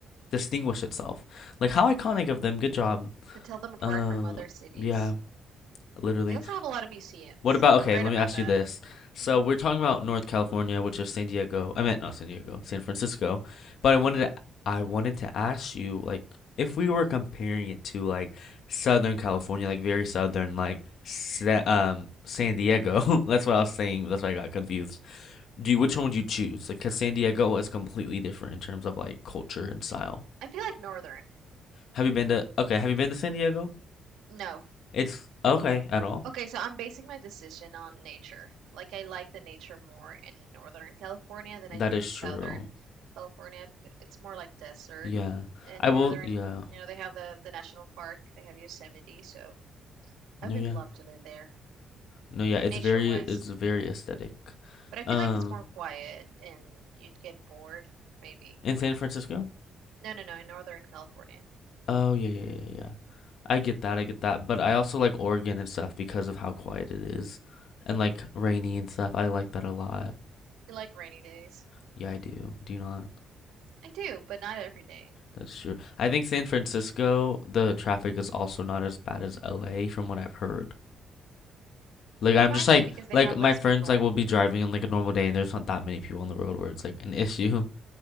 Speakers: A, on the left; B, on the right.
A: distinguish itself. Like how
B: hmm
A: iconic of them. Good job.
B: To tell them apart
A: Uh,
B: from other cities.
A: yeah, literally.
B: They also have a lot of museums.
A: What about,
B: I've
A: okay,
B: read
A: let
B: about
A: me ask
B: that.
A: you this. So
B: hmm
A: we're talking about North California, which is San Diego. I meant not San Diego, San Francisco. But I wanted
B: hmm
A: to I wanted to ask you, like, if we were comparing it to like Southern California, like very southern, like Sa um San Diego. <laughs> That's what I was saying. That's why I got confused. Do you, which one would you choose? Like because San Diego is completely different in terms of like culture and style.
B: I feel like northern.
A: Have you been to, okay, have you been to San Diego?
B: No,
A: It's okay at all.
B: Okay, so I'm basing my decision on nature. Like I like the nature more in Northern California than
A: That
B: I do
A: is
B: in Southern
A: true.
B: California because it's more like desert.
A: Yeah.
B: In
A: I
B: Northern,
A: will, yeah.
B: you know, they have the the national park, they have Yosemite, so
A: No,
B: I would
A: yeah.
B: love to live there,
A: No, yeah. It's
B: nature-wise.
A: very it's very aesthetic.
B: But I feel
A: Um,
B: like it's more quiet and you'd get bored, maybe.
A: in San Francisco?
B: No, no, no, in Northern California.
A: Oh, yeah, yeah, yeah, yeah. I get that. I get that. But I also like Oregon and stuff because of how quiet it is and like rainy and stuff. I like that a lot.
B: You like rainy days.
A: Yeah, I do. Do you not?
B: I do, but not every day.
A: That's true. I think San Francisco, the traffic is also not as bad as LA from what I've heard. Like
B: It
A: I'm
B: might
A: just like
B: be because they
A: like
B: have
A: my
B: less
A: friends
B: people.
A: like will be driving on like a normal day and there's not that many people on the road where it's like an issue. <laughs>